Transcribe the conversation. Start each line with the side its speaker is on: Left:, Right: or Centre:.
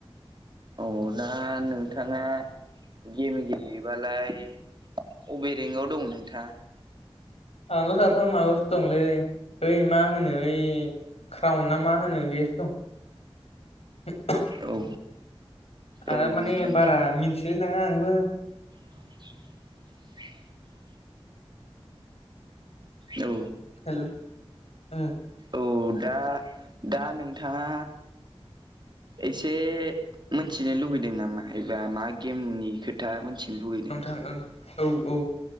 Right: औ दा नोंथाङा गेम गेलेयोबालाय अबेरेंक आव दं नोंथाङा
Left: आगसआथ' मागस दंलै ओइ मा होनो ओइ क्राउन ना मा होनो बेआवसो दं
Right: औ औ
Left: आं माने
Right: नोंथां
Left: बारा मिन्थिलाय नङा आंबो
Right: <inaudible> औ
Left: हेल' ओ
Right: औ दा दा नोंथाङा एसे मोनथिनो लुगैदों नामा एबा मा गेमनि खोथा मोनथिनो लुगैदों।
Left: ओ औ औ